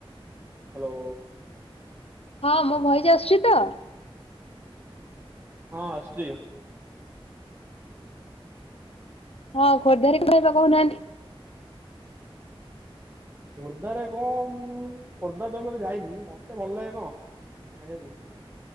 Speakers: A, on the right; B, on the left.
A: ହାଲୋ।
B: ହଁ ମୋ ଭଏଜ ଆସୁଛି ତ?
A: ହଁ ଆସୁଚି।
B: ହଁ ଖୋର୍ଦ୍ଧାରେ କଣ ଖାଇବା କହୁନାହାନ୍ତି?
A: ଖୋର୍ଦ୍ଧାରେ କଣ? ମୁଁ ଖୋର୍ଦ୍ଧା ଜମାରୁ ଯାଇନି। ମତେ ଭଲ ଲାଗେ କଣ ଖାଇବାକୁ?